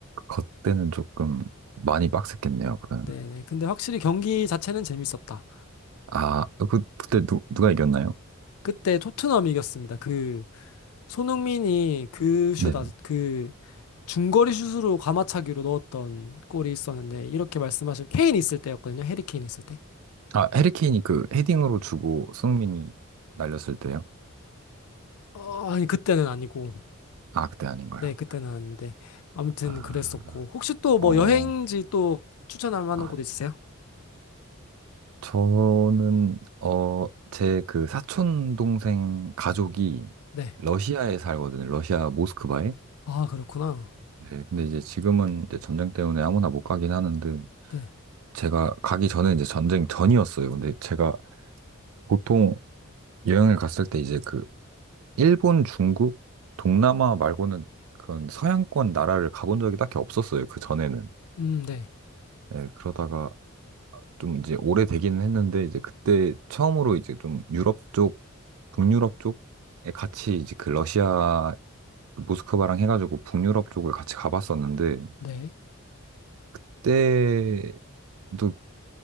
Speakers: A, on the right; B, on the left.
A: 그때는 조금 많이 빡셌겠네요, 그러면.
B: 네, 네. 근데 확실히 경기 자체는 재밌었다.
A: 아, 그, 그때 누, 누가 이겼나요?
B: 그때 토트넘이 이겼습니다. 그 손흥민이 그 슛,
A: 네.
B: 아- 그 중거리 슛으로 가마차기로 넣었던 골이 있었는데 이렇게 말씀하실 케인 있을 때였거든요. 해리 케인 있을 때.
A: 아, 해리케인이 그 헤딩으로 주고 손흥민이 날렸을 때요?
B: 어, 아니 그때는 아니고,
A: 아, 그때 아닌가요?
B: 네, 그때는 아닌데 아무튼
A: 아,
B: 그랬었고 혹시 또
A: 어,
B: 뭐 여행지 또 추천할 만한
A: 아,
B: 곳 있으세요?
A: 저는, 어, 제 그 사촌 동생 가족이
B: 네.
A: 러시아에 살거든요. 러시아 모스크바에.
B: 아, 그렇구나.
A: 네, 근데 이제 지금은 이제 전쟁 때문에 아무나 못 가긴 하는데,
B: 네.
A: 제가 가기 전에 이제 전쟁 전이었어요. 근데 제가 보통 여행을 갔을 때 이제 그 일본, 중국, 동남아 말고는 그런 서양권 나라를 가본 적이 딱히 없었어요. 그 전에는.
B: 음, 네.
A: 네, 그러다가 좀 이제 오래되기는 했는데, 이제 그때 처음으로 이제 좀 유럽 쪽, 북유럽 쪽에 같이 이제 그 러시아, 모스크바랑 해가지고 북유럽 쪽을 같이 가봤었는데,
B: 네.
A: 그때 또